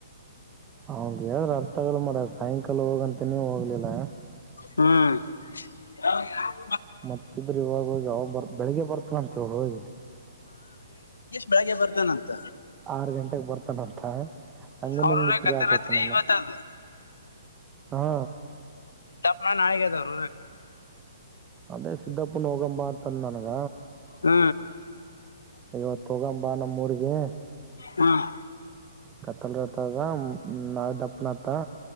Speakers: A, on the right (about 20°); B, on the left (about 80°).
A: ಅವಗ್ ಹೇಳ್ರ ಅರ್ಥಗಲ್ಲ ಮರ ಸಾಯಂಕಾಲ ಹೋಗಂತ ನೀ ಹೋಗ್ಲಿಲ್ಲ
B: ಹ್ಮಞ
A: ಮತ್ತ ಇದ್ರೆ ಇವಾಗ ಹೋಗಿ ಅವಾಗ ಬರ್ ಬೆಳಿಗ್ಗೆ ಬರ್ತನಂತವರು ಹೋಗಿ
B: ಬೇಗಗೆ ಬರ್ತೆ ನಾನಂತ
A: ಆರ್ ಗಂಟೆಗೆ ಬರ್ತಾನಂತ ಹಂಗನಂಗಿತ್ರಿ
B: ಅವ್ರ್ರ ಕತ್ತ
A: ಯಾಕೋತ
B: ರಾತ್ರಿ
A: ನಾನು
B: ಇವತ್ತದು
A: ಹಾ
B: ದಪ್ಪನನ್ ಆಾಯಗದರ
A: ಅದೇ ಸಿದ್ದಪ್ಪನ ಹೋಗಂಬ ಅಂತಂದ ನನಗ
B: ಹ್ಮ
A: ಇವತ್ತು ಹೋಗಂಬಾ ನಮ್ಮೂರಿಗೆ
B: ಹ್ಮ್
A: ಕತ್ತಲ್ರತ್ತದ ನಾಳೆ ದಪ್ಪನತ್ತ. <unintelligible>